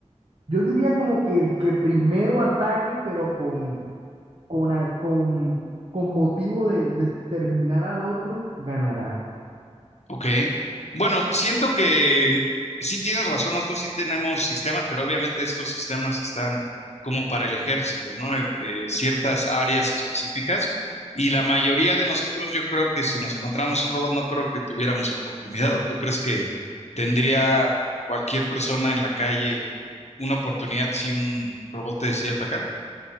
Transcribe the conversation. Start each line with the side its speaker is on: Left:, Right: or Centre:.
Right: Yo diría como que el que primero ataque, pero con, con, a- con, con motivo de, de terminar al otro, ganará.
Left: Ok. Bueno, siento que sí tienes razón, nosotros sí tenemos sistemas, pero obviamente estos sistemas están como para el ejército, ¿no? Eh, eh, ciertas áreas específicas. Y la mayoría de nosotros, yo creo que si nos encontramos un robot, no creo que tuviéramos oportunidad. ¿O tú crees que tendría cualquier persona en la calle una oportunidad si un robot te decide atacar?